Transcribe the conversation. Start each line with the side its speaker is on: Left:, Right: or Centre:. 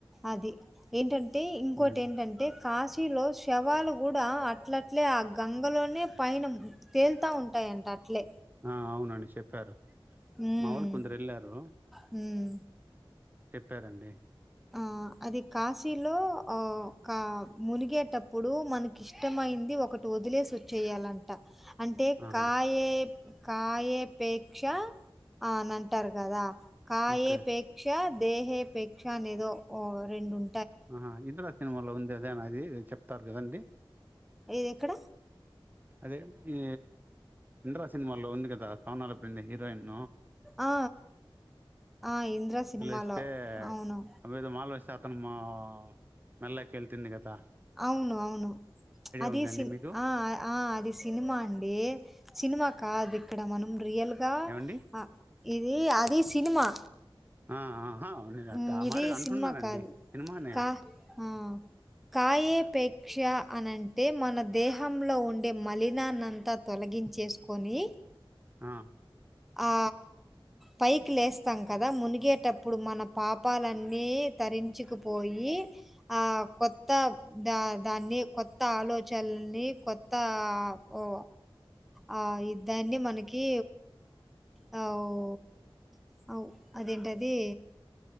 Centre: అది ఏంటం అంటే ఇంకోటి
Right: ఉమ్.
Centre: ఏంటంటే కాశీలో శి శవాలు కూడా అట్లట్లే ఆ గంగలోనే పైన తేలుతాఉంటాయంట అట్లే
Right: ఆ అవునండి శేప్పారు.
Centre: హ్మ్.
Right: మావాళ్లు కొందరు వెళ్లారు.
Centre: హ్మ్.
Right: చెప్పారండి.
Centre: ఆ అది కాశీలో ఆ ఇంకా మునిగేటప్పుడు మనకి ఇష్టమైంది ఒకటి వదిలేసి వచ్చేయాలంట అంటే
Right: ఆహా!
Centre: కాయే కాయేపేక్ష ఆ అని అంటారు కదా కాయేపేక్ష
Right: ఓకే.
Centre: దేహేపేక్ష కానేదో ఓ రెండు ఉం
Right: ఆహా ఇంద్ర సినిమాలో ఉంది అదేనా ఇది చెప్తారు కాదండి.
Centre: ఏది ఎక్కడ.
Right: అదే ఈ ఇంద్ర సినిమాలో ఉంది కదా సోనాలి బెండ్రే హీరోయిన్
Centre: ఆ ఆ ఇంద్రా సినిమాలో
Right: వదిలేస్తే
Centre: అవును.
Right: అవేదో మాల వేస్తే అతను మా మెల్లోకేళ్తంది కదా
Centre: అవును అవును అది
Right: ఉందండి
Centre: సిన్
Right: మీకు?
Centre: ఆ ఆ ఆది సి సినిమా అండి. సినిమా కాదు ఇక్కడ మనం రియల్ దా
Right: ఏవండి?
Centre: హా ఇది అది సినిమా
Right: ఆ ఆ నేను అట్ట
Centre: మ్
Right: ఆ
Centre: ఇది
Right: మాట అంటున్నానండి
Centre: సినిమా కాదు
Right: సినిమానే
Centre: కా ఆ కాయేపేక్ష అనంటే మన దేహంలో ఉండే మలినాన్నంతా తొలగించేసుకోని.
Right: ఆ
Centre: ఆ పైకి లేస్తాం కదా మునిగేటప్పుడు మన పాపాలన్నీ తరించుకుపోయి ఆ కొత్త దా దాన్ని కొత్త ఆలోచనని కొత్త ఆ ఒ ఆ దాన్ని మనకి ఆ ఒ ఆ ఒ అదేంటది